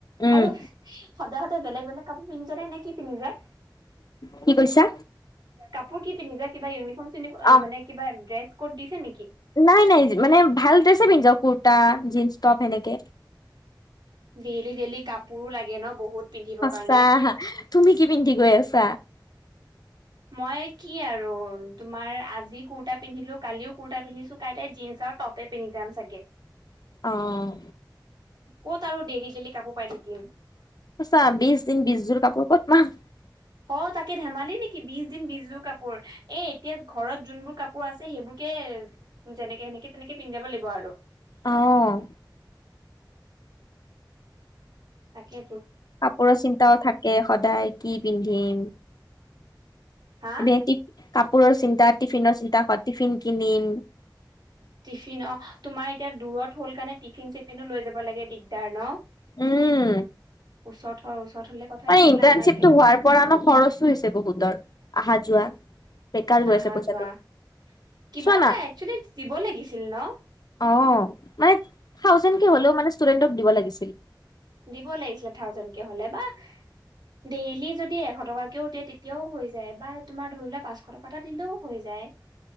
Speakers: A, on the left (about 55°); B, on the right (about 60°).
A: উম
B: আৰু সদায় সদায় বেলেগ বেলেগ কাপোৰ পিন্ধ নে কি পিন্ধিবা
A: কি কৈছা
B: কাপোৰ কি পিন্ধি যোৱা কিবা উনিফৰ্ম চিনিফম
A: অ
B: মানে কিবা ড্ৰেছ ক'ড দিছে নেকি
A: নাই নাই মানে ভাল ড্ৰেছে পিন্ধি যাও কুুৰ্তা জন্স টপ সনেকে
B: ডেইলি ডেইলি কাপোৰো লাগে ন বহুত পিন্ধিবৰ
A: সঁচা
B: কাৰণে।
A: তুমি কি পিন্ধি গৈ আছা
B: মই কি আৰু তোমাৰ আজি কুৰ্তা পিন্ধিলো কালিও কুৰ্তা পিন্ধিছো কাইলে জীন্স আউ টপে পিন্ধি যাম চাগে
A: অ',
B: ক'ত আৰু দেলি ডেলি কাপোৰ পাই থাকিম
A: আচা বিশ দিন বিশযোৰ কাপোৰ ক'ত পাম
B: অ তাকে ধেমালি নেকি বিশ দিন বিচযোৰ কাপোৰ এ এতিয়া ঘৰত যোনবোৰ কাপোৰ আছে সেইবোৰ কে যেনেকে সেনেকে তেনেকে পিন্ধাব লাগিব আৰু
A: অ',
B: তাকে
A: কাপোৰৰ চিন্তাও থাকে সদায় কি পিন্ধিম
B: হা
A: এনে কাপোৰৰ চিন্তা টিফিনৰ চিন্তা টিফিন কিনিম
B: টিফিন অ', তোমাৰ এতিয়া দূৰত হল কাৰণে টিফিন চিফিনো লৈ যাব লাগে দিগদাৰ ন
A: উম
B: ওচৰত হয় ওচৰত হলে কথাই
A: মানে
B: নাছিলে
A: ইণ্টাৰ্ণশ্বিপটো
B: আমাৰ এতিয়া
A: হোৱাৰ পৰা নো খৰচো হৈছে বহুতৰ অহা যোৱা বেকাৰ গৈ
B: অহা
A: আছে পইচাটো
B: যোৱা কিবা
A: চোৱা
B: এটা
A: না
B: একচুৱেলি দিব লাগিছিল ন
A: অ', মানে থাউজেণ্ড কে হলেও মানে ষ্টুডেণ্টক দিব লাগি
B: দিব লাগিছিলে থাউজেনকে হলে বা ডেইলি যদি এশ টকাকেও দিয়ে তেতিয়াও হৈ যায় বা তোমাৰ ধৰি লা পাঁচশ টকা এটা দিলেও হৈ যায়